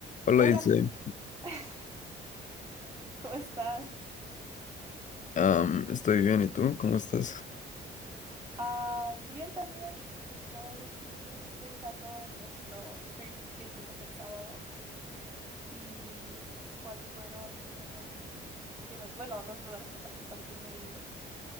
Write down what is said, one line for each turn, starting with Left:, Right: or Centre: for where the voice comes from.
Left: Hola,
Right: Hola,
Left: Ilse.
Right: ma- <laughs> ¿cómo estás?
Left: Am, estoy bien, ¿y tú? ¿Cómo estás?
Right: Ah, bien también. Estoy aquí pensando en nuestro trip que hicimos el sábado y cuáles fueron los lugares más bonitos. Que me, bueno, los lugares que más me parecieron lindos.